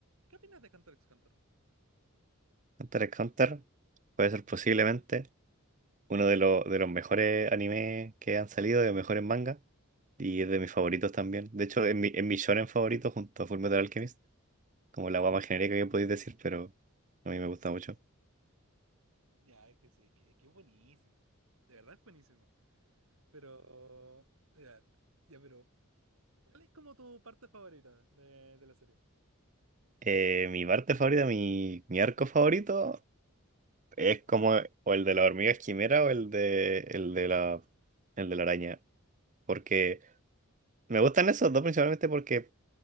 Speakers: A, on the right; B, on the right.
A: ¿Qué opinas de Hunter x Hunter?
B: Hunter x Hunter puede ser posiblemente uno de, lo- de los mejores animes que han salido, de los mejores mangas, y es de mis favoritos también. De hecho, es mi, es mi shonen favorito junto a Fullmetal Alchemist, como la guama genérica que podéis decir, pero a mí me gusta mucho.
A: Ya, es que sí, es que, es que es buenísimo. De verdad es buenísimo. Pero. Ya, ya, pero. ¿Cuál es como tu parte favorita de, de la serie?
B: Eh, mi parte favorita, mi, mi arco favorito es como o el de la hormiga quimera o el de, el de la, el de la araña. Porque me gustan esos dos principalmente porque